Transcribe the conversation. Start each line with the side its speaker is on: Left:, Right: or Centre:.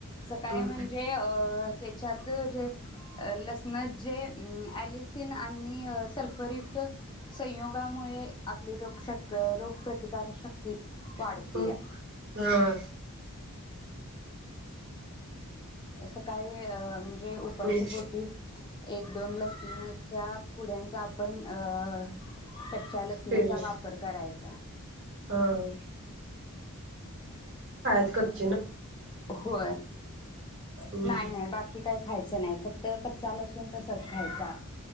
Left: सकाळी
Right: हम्म
Left: म्हणजे अ त्याच्यात जे अ लसणत जे एलिसीन आणि सल्फर युक्त संयोगामुळे आपले रोग शक-रोगप्रति प्रतीकार शक्ती वाढतीया.
Right: हम्म हा
Left: सकाळी अ म्हणजे उपाशीपोटी
Right: हम्म
Left: एक दोन ल उनत अशा कुड्यांचा आपण अं कच्च्या लसणाचा
Right: ते हा
Left: वापर करायचा.
Right: हा. कत
Left: होय
Right: हम्म
Left: नाही-नाही
Right: हम्म
Left: बाकी काही खायचं नाही फक्त च कच्चा लसूण कस आत्ताच खायचा स